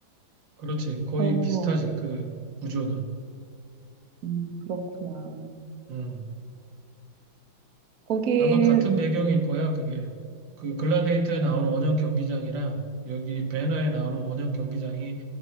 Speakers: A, on the right; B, on the right.
A: 그렇지. 거의
B: 어,
A: 비슷하지. 그 구조는.
B: 음, 그렇구나.
A: 음.
B: 거기에,
A: 아마 같은 배경일 거야. 그게 그 글라데이터에 나오는 원형 경기장이랑 여기 배너에 나오는 원형 경기장이